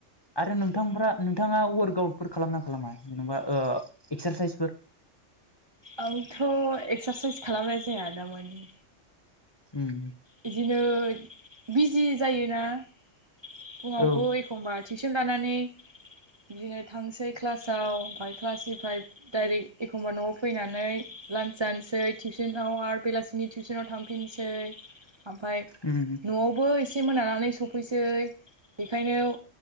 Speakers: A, on the left (about 25°); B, on the right (about 25°).
A: आरो नोंथांफ्रा नोंथाङा वार्कआउटफोर खालामना खालामा जेनेबा एक्सारसाइसफोर <inaudible>
B: आंथ' एक्सारसाइस खालामनाय जाया दा मानि
A: उम
B: बिदिनो बिजि जायोना फुङावबो
A: औ
B: एखमबा टिउसन लानानै बिदिनो थांसै क्लासाव ओमफ्राय क्लासनिफ्राय डाइरेक्ट एखमबा न'आव फैनानै लान्च जानोसै टिउसनाव आरो बेलासिनि टिउसनाव थांफिनसै ओमफाय
A: उम
B: न'आवबो एसे मोनानानै सफैसै बेखायनो